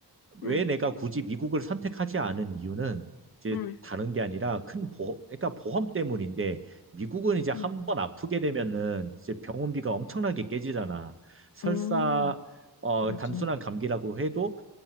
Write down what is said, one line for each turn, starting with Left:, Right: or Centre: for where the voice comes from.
Right: 왜
Left: 응,
Right: 내가 굳이 미국을 선택하지 않은 이유는 이제
Left: 응,
Right: 다른 게 아니라 큰 보험, 그러니까 보험 때문인데 미국은 이제 한번
Left: 응.
Right: 아프게 되면은 이제 병원비가 엄청나게 깨지잖아. 설사
Left: 음,
Right: 어
Left: 맞아.
Right: 단순한 감기라고 해도